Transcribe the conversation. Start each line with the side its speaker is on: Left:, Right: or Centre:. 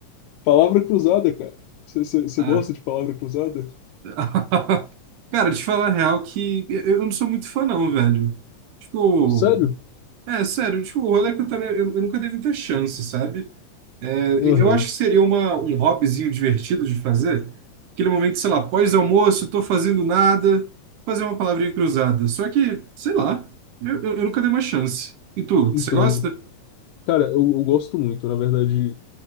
Left: Palavra cruzada, cara. Você você- você
Right: Ah.
Left: gosta de palavra cruzada?
Right: <laughs> Cara, te falar a real que eu eu não sou muito fã, não, velho. Tipo,
Left: Sério?
Right: é sério, tipo, o rolê é que eu também. Eu, eu nunca dei muita chance, sabe? É, e-
Left: Aham,
Right: eu acho que seria uma, um hobbyzinho divertido de fazer. Aquele momento, sei lá, pós-almoço, tô fazendo nada, fazer uma palavrinha cruzada. Só que, sei lá, eu, eu, eu nunca dei uma chance. E tu, você
Left: entendo.
Right: gosta?
Left: Cara, eu, eu gosto muito. Na verdade,